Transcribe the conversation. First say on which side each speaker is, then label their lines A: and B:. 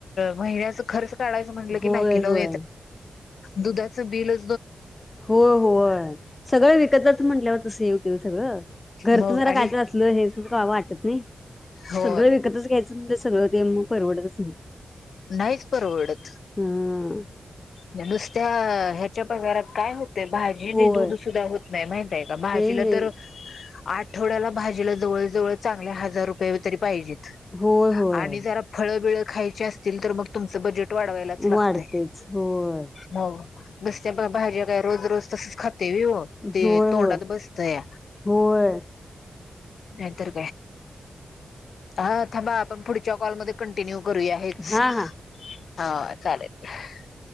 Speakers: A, on the left; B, on the left.
A: महिनचं खर शाळायचंटलं
B: होय
A: की नाही की नऊ.
B: होय
A: दुधाच बल.
B: हो हो सगळं विकत जात म्हटल्यावर तसं येव ते सगळं घरच
A: मग
B: जरा काय
A: आणि
B: तर असलं हे का वाटत नाही.
A: हो
B: सगळं विकतच घ्यायचं म्ह सगळं ते मग परवडतच नाही
A: नाहीच परवडत
B: हम्.
A: नुसत्या ह्याच्या पण घरात काय होत? ते भाजीनी
B: होय
A: दूध सुद्धा होत नाही माहितय का भाजीला
B: नाही नाही
A: तर आठवड्याला भाजीला जवळजवळ चांगले हजार रुपये तरी पाहिजेत..
B: होय होय
A: आणि जरा फळबिळ खायचे असतील तर मग तुमचं बजे वाढवायलाच लागतय
B: वाढतेच होय
A: हो बसत्या बघ बाहेर काय रोज <inaudible> खाते हो ते
B: होय
A: तोंडात
B: होय
A: बसतया
B: होय
A: नाही तर हा थांबा आपण पुढच्या कॉलमध्ये टिन्यू करूया हेच
B: हा हा
A: हा चालेल